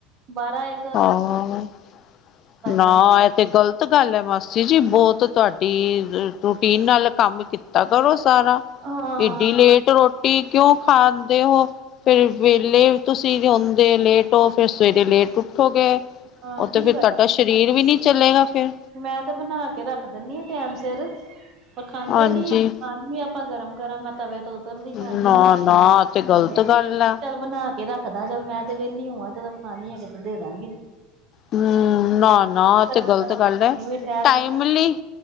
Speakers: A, on the right (about 45°); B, on the left (about 45°).
A: ਬਾਰਾਂ ਏ
B: ਹਾਂ, ਨਾ
A: ਜਾਂਦਾ
B: ਐਹ ਤੇ ਗਲ ਬਹੁਤ ਗੱਲ ਹੈ ਮਾਸੀ ਜੀ ਬਹੁਤ ਤਾਡੀ, ਰੂਟੀਨ ਨਾਲ ਕੰਮ ਕੀਤਾ ਕਰੋ ਸਾਰਾ
A: ਆਂ ਹਾਂ
B: ਕਿਡੀ ਲੇਟ ਰੋਟੀ ਕਿਉਂ ਖਾਂਦੇ ਹੋ ਫੇਰ ਵਿਹਲੇ ਤੁਸੀਂ ਹੁੰਦੇ ਲੇਟ ਓ, ਫੇਰ ਸਵੇਰੇ ਲੇਟ ਉਠ ਉਠੋ ਗਏ,
A: ਕੀ
B: ਉਹ ਤੇ ਫੇਰ
A: ਕਰਾਂ
B: ਤੁਹਾਡਾ
A: ਫੇਰ
B: ਸਰੀਰ ਵੀ ਨਹੀਂ ਚਲੇਗਾ ਫਿਰ
A: ਮੈਂ ਤੇ ਬਣਾ ਕੇ ਰੱਖ ਦਿੰਦੀ ਆਂ ਟੈਮ ਸਿਰ, ਪਰ ਖਾਂਦੇ
B: ਹਾਂਜੀ
A: ਨੀ ਹੈਗੇ ਖਾਣ ਵੀ ਆਪਾਂ ਗਰਮ- ਗਰਮ ਤਵੇ ਤੋਂ ਉਤਰਦੀ ਖਾਣੀ
B: ਨਾ
A: ਐ,
B: ਨਾ ਆ ਤੇ ਗ਼ਲਤ
A: ਮੈਂ
B: ਗੱਲ ਆ
A: ਚੱਲ ਬਣਾ ਇਹ ਰੱਖਦਾ, ਚੱਲ ਮੈਂ ਤੇ ਵਿਹਲੀ ਹੋਵਾਂ ਜਦੋਂ ਖਾਂਨੀ, ਤੇ ਦੇ ਦਾਂਗੀ
B: ਹਮ, ਨਾ- ਨਾ ਐਹ
A: ਗਰਮ
B: ਤੇ ਗ਼ਲਤ
A: ਗਰਮ
B: ਗੱਲ
A: ਖਾਣੀ
B: ਹੈ,
A: ਵੀ ਠਹਿਰ
B: ਟਾਈਮ
A: ਕੇ ਖਾਣੀ।
B: ਮਿਲੀ,